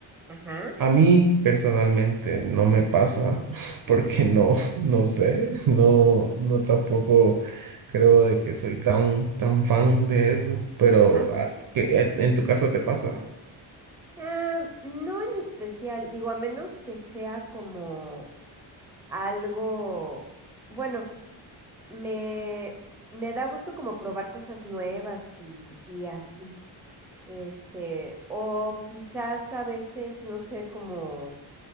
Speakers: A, in the centre; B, on the right.
A: Ajá,
B: A mí personalmente no me pasa <laughs> porque no, no sé, <laughs> no, no tampoco creo de que soy tan, tan fan de eso, pero
A: ajá.
B: ah, que, eh, en tu caso te pasa.
A: Ah, no en especial, digo, a menos que sea como algo, bueno, me, me da gusto como probar cosas nuevas y, y así. Este, o quizás a veces, no sé, como